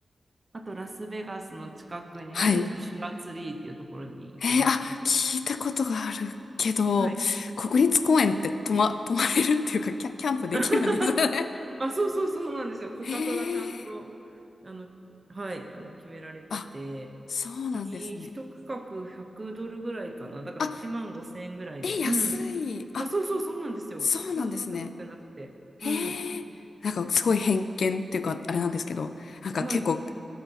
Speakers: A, on the right (about 25°); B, on the left (about 75°).
A: あとラスベガスの近くにあるジョシュアツリーっていうところに行きましたね。
B: はい。えーあ、聞いたことがあるけど、
A: はい。
B: 国立公園って泊ま、泊まれるっていうか、キャ、キャンプできるんですね。
A: <laughs> あ、そうそうそうなんですよ。価格がちゃんと、
B: へえ。
A: あの、はい、あの決められてて、
B: あ、そうなんですね。
A: いい一区画100ドルぐらいかな。だから1万5千円ぐらいで。
B: あ、え、安い。
A: うん。
B: あ、
A: あ、そうそうそうなんですよ。
B: そうなんですね。
A: そんな高くなくて。
B: へえ、
A: うん。
B: なんかすごい偏見っていうか、あれなんですけど、なんか結構
A: はい。